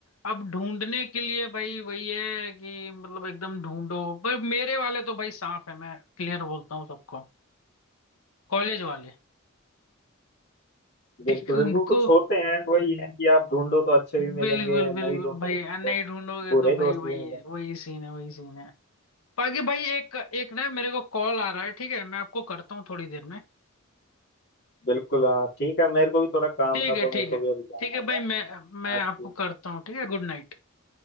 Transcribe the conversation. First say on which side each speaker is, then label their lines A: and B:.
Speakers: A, on the left (about 80°); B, on the left (about 50°).
A: अब ढूंढने के लिए भाई वही है कि मतलब एकदम ढूंढो पर मेरे वाले तो भाई सांप है मैं क्लियर बोलता हूँ सबको कॉलेज वाले
B: बिल्कुल
A: <laughs> उनको
B: बिल्कुल कुछ होते हैं वही है कि आप ढूंढो तो अच्छे भी मिलेंगे
A: बिल्कुल बिल्कुल
B: नहीं ढूंढो
A: भाई अ, नहीं
B: तो
A: ढूंढोगे
B: बुरे
A: तो भाई
B: दोस्त
A: वही
B: भी मिलेंगे
A: वही सीन है वही सीन है बाकी भाई एक एक ना मेरे को कॉल आ रहा है ठीक है मैं आपको करता हूँ थोड़ी देर में
B: बिल्कुल हाँ ठीक है मेरे को भी थोड़ा काम
A: ठीक
B: था
A: है
B: तो
A: ठीक
B: मेरे को
A: है
B: भी अभी जाना
A: ठीक है
B: होगा
A: भाई मैं मैं
B: हाँ ठीक
A: आपको करता हूँ ठीक है Good night